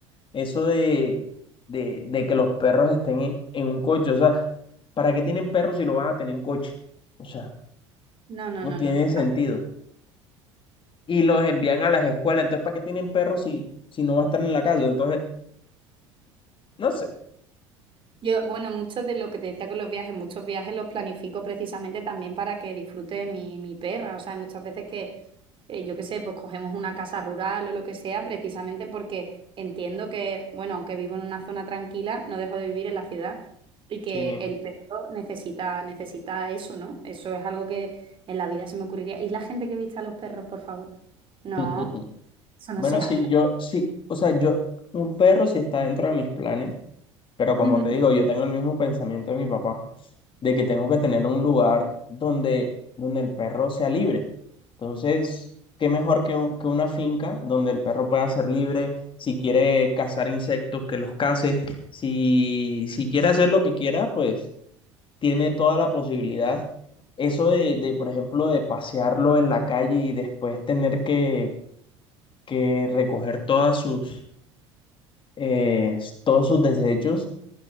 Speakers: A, on the left; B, on the right.
A: eso de, de, de que los perros estén en, en un coche. O sea, ¿para qué tienen perros si lo van a tener en coche? O sea,
B: No, no,
A: no
B: no,
A: tiene
B: no, no.
A: sentido. Y los envían a las escuelas. Entonces, ¿para qué tienen perros si, si no va a estar en la casa? Entonces, no sé.
B: Yo, bueno, muchos de lo que te decía con los viajes, muchos viajes los planifico precisamente también para que disfrute mi, mi perra. O sea, hay muchas veces que, eh, yo qué sé, pues cogemos una casa rural o lo que sea, precisamente porque entiendo que, bueno, aunque vivo en una zona tranquila, no dejo de vivir en la ciudad y que
A: Sí.
B: el perro necesita, necesita eso, ¿no? Eso es algo que en la vida se me ocurriría. ¿Y la gente que viste a los perros, por favor? No,
A: <laughs>
B: eso no
A: Bueno,
B: se hace.
A: sí, yo, sí, o sea, yo, un perro sí está dentro de mis planes. Pero como
B: Ujú.
A: te digo, yo tengo el mismo pensamiento de mi papá, de que tengo que tener un lugar donde, donde el perro sea libre. Entonces, qué mejor que, un- que una finca donde el perro pueda ser libre, si quiere cazar insectos, que los case, si, si quiere hacer lo que quiera, pues tiene toda la posibilidad. Eso de, de, por ejemplo, de pasearlo en la calle y después tener que, que recoger todas sus, eh, todos sus desechos